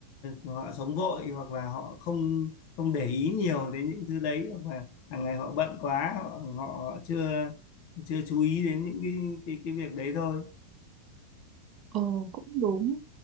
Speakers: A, on the left; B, on the right.
A: họ sống vội hoặc là họ không không để ý nhiều đến những thứ đấy hoặc là hàng ngày họ bận quá họ họ, họ chưa chưa chú ý đến những cái cái cái việc đấy thôi
B: Ồ cũng đúng